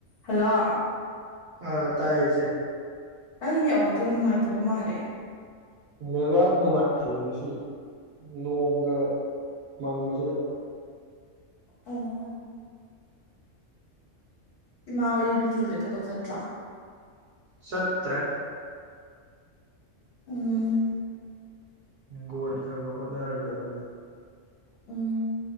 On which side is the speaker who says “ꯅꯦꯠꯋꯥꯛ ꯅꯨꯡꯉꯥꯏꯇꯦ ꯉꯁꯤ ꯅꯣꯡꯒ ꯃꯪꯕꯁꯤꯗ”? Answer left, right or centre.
Right